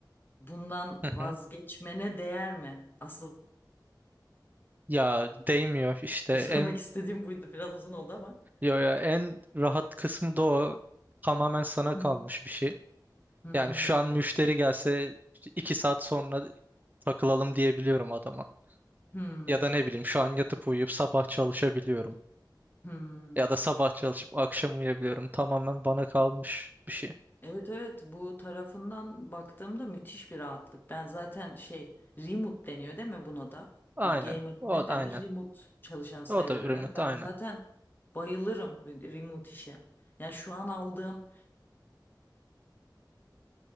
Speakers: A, on the left; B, on the right.
A: bundan
B: Hı
A: vazgeçmene
B: hı.
A: değer mi? Asıl
B: Ya değmiyor işte
A: <laughs>
B: en
A: sormak istediğim buydu. Biraz uzun oldu ama.
B: Yo ya en rahat kısmı da o. Tamamen sana
A: Hı
B: kalmış
A: hı.
B: bir şey.
A: Hı hı.
B: Yani şu an müşteri gelse işte iki saat sonra takılalım diyebiliyorum adama.
A: Hmm,
B: Ya da ne bileyim şu an yatıp uyuyup sabah çalışabiliyorum.
A: hmm.
B: Ya da sabah çalışıp akşam uyuyabiliyorum. Tamamen bana kalmış bir şey.
A: Evet evet bu tarafından baktığımda müthiş bir rahatlık. Ben zaten şey remote deniyor değil mi buna da?
B: Aynen.
A: Bir gamer
B: O
A: ne
B: aynen.
A: denir? Remote çalışan sayılır
B: O da
A: herhalde.
B: remote
A: Ben
B: aynen.
A: zaten bayılırım re- remote işe. Yani şu an aldığım